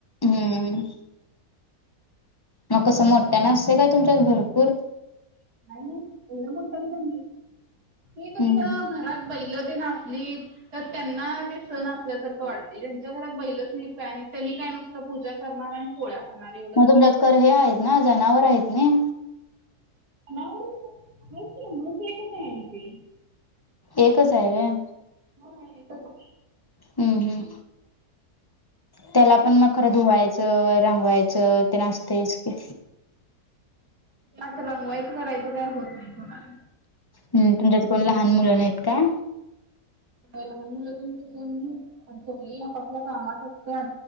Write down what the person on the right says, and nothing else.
नाही एवढं मोठ नाहीे ते कस
घरात बैलं ते नासली तर त्यांना ते सण असल्यासारखं वाटते ज्यांच्या घरात बैलच नाहीत काय नाही त्यांनी काय नुकत पूजा करणार आणि पोळ्या खाणार एवढंच
की
ना हती मातकते अणती <inaudible>
होेत का.
आता रंगवायचं करायचं का होत नाही कोणाला
लहान मुलं पण आपापल्या कामात असते.